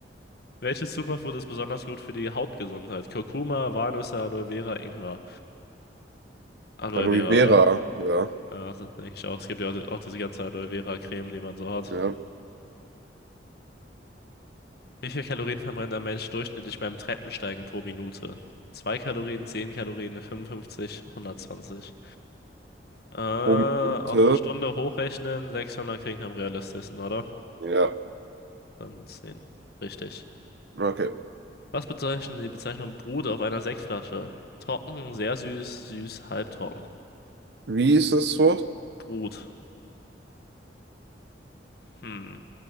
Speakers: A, on the left (about 55°); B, on the right (about 60°).
A: Welches Superfood ist besonders gut für die Hautgesundheit? Kurkuma, Walnüsse, Aloe Vera, Ingwer. Aloe
B: Aloe
A: Vera,
B: Vera.
A: oder?
B: Ja.
A: Ja, das denke ich auch. Es gibt ja auch, auch diese ganze Aloe Vera Creme, die man so hat.
B: Ja.
A: Wie viel Kalorien verbrennt ein Mensch durchschnittlich beim Treppensteigen pro Minute? zwei Kalorien, 10 Kalorien, 55, 120. Äh, auf
B: Prominente.
A: eine Stunde hochrechnen, 600 klingt am realistischsten, oder?
B: Ja.
A: Dann zehn Richtig.
B: Okay.
A: Was bezeichnet die Bezeichnung Brut auf einer Sektflasche? Trocken, sehr süß, süß, halbtrocken.
B: Wie ist das Wort?
A: Brut. Hm.